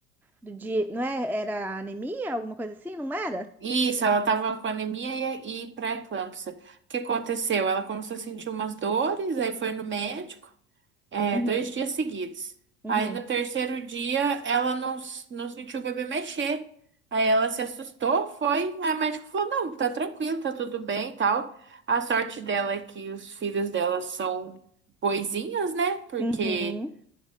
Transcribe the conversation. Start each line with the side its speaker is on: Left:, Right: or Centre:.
Centre: do de, não é? Era anemia, alguma coisa assim, não era?
Right: Isso, ela tava com anemia e, e pré-eclâmpsia. O que aconteceu? Ela começou a sentir umas dores, aí foi no médico. É,
Centre: Uhum,
Right: dois dias seguidos.
Centre: uhum,
Right: Aí no terceiro dia ela não, s- não sentiu o bebê mexer. Aí ela se assustou, foi. Aí o médico falou: não, tá tranquilo, tá tudo bem e tal. A sorte dela é que os filhos dela são boizinhos, né? Porque
Centre: uhum.